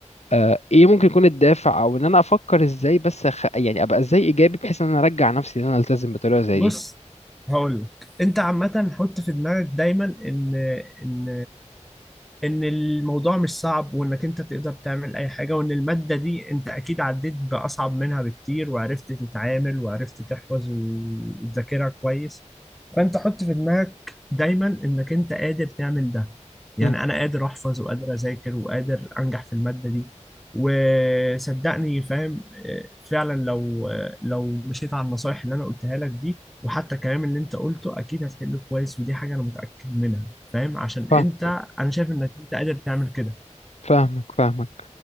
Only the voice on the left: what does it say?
آه ايه ممكن يكون الدافع او ان انا افكر ازاي بس أخ... يعني ابقى ازاي ايجابي بحيث ان انا ارجع نفسي ان انا التزم بطريقه زي
دي
مم،
فاهمك
فاهمك فاهمك